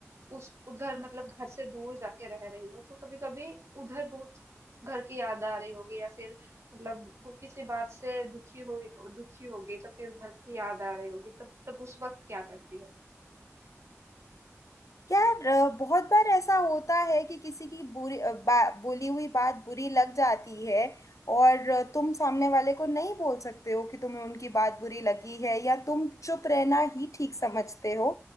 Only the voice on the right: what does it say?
उस उधर मतलब घर से दूर जाके रह रही हो तो कभी कभी उधर बहुत घर की याद आ रही होगी या फिर मतलब कोई किसी बात से दुखी हुई दुखी होगी तो फिर घर की याद आ रही होगी तब तब उस वक्त क्या करती हो